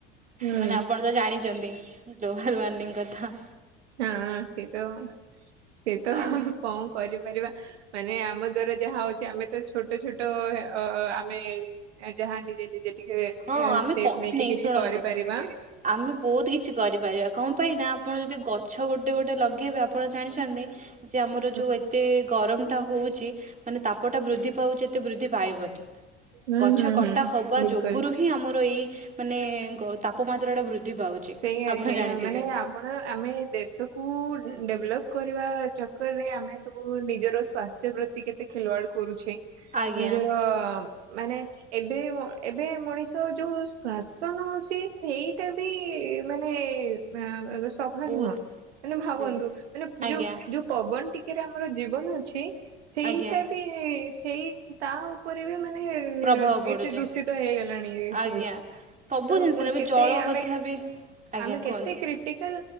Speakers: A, on the right; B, on the right.
A: ହୁଁ ହୁଁ
B: ମାନେ ଆପଣ ତ ଜାଣିଛନ୍ତି। ଗ୍ଲୋବାଲ ୱର୍ମିଙ୍ଗ କଥା।
A: ହଁ ସେ ତ ସେ ତ
B: ଆଉ
A: କଣ କରିପାରିବା। ମାନେ ଆମ ଦ୍ଵାରା ଯାହା ହଉଛି ଆମେ ତ ଛୋଟ ଛୋଟ ଅ ଆମେ ଯାହା ନିଜେ ନିଜେ। ଟିକେ
B: ହଁ ଆମେ
A: ଷ୍ଟେପ
B: କଫି
A: ନେଇକି
B: ନେଇ
A: କିଛି
B: ଶୁଣନ୍ତୁ।
A: କରିପାରିବା।
B: ଆମେ ବହୁତ କିଛି କରିପାରିବା କଣ ପାଇଁ ନା ଆପଣ ଯଦି ଗଛ ଗୋଟେ ଗୋଟେ ଲଗେଇବେ ଆପଣ ଜାଣିଛନ୍ତି ଯେ ଆମର
A: ହୁଁ
B: ଯୋଉ ଏତେ ଗରମଟା ହଉଛି ଛି ମାନେ ତାପଟା ବୃଦ୍ଧି ପାଉଛି ଏତେ ବୃଦ୍ଧି ପାଇବନି
A: ହୁଁ
B: ଗଛ
A: ହୁଁ
B: କଟା
A: ହୁଁ
B: ହବା
A: ବିଲକୁଲ
B: ଯୋଗୁ ଯୋଗୁରୁ ହିଁ ଆମର ଏଇ ମାନେ ତାପମାତ୍ରା ଟା ବୃଦ୍ଧି ପାଉଛି।
A: ସେଇଆ
B: ଆପଣ
A: ସେଇଆ
B: ଜାଣିଥିବେ
A: ମାନେ ଆପଣ ଆମେ ଦେଶକୁ ଡେଭଲପ୍ କରିବା ଚକରରେ ଆମେ ସବୁ ନିଜର ସ୍ଵାସ୍ଥ୍ୟ ପ୍ରତି କେତେ ଖେଲବାଡ କରୁଛେ।
B: ଆଜ୍ଞା
A: ନିଜର ମାନେ ଏବେ ଏବେ ମଣିଷ ଯୋଉ ଶ୍ଵାସ ନଉଛି ସେଇଟା ବି କି ମାନେ <unintelligible> ସଭା
B: ବହୁତ
A: ନୁହଁ ମାନେ ଭାବନ୍ତୁ
B: ବୋ
A: ମାନେ
B: ଆଜ୍ଞା
A: ଯୋଉ ଯୋଉ ପବନ ଟିକେରେ ଆମର ଜୀବନ ଅଛି। ସେଇଟା
B: ଆଜ୍ଞା
A: ବି ସେଇ ତା ଉପରେ ବି ମାନେ
B: ପ୍ରଭାବ ପଡୁଛି
A: ଏତେ ଦୂଷିତ ହେଇଗଲାଣି ଏ
B: ଆଜ୍ଞା।
A: ସବୁ
B: ସବୁ
A: ତ
B: ଜିନିଷରେ ବି
A: କେତେ
B: ଜଳ
A: ଆମେ
B: କଥା ବି ଆଜ୍ଞା
A: ଆମେ କେତେ
B: କୁହନ୍ତୁ।
A: କ୍ରିଟିକାଲ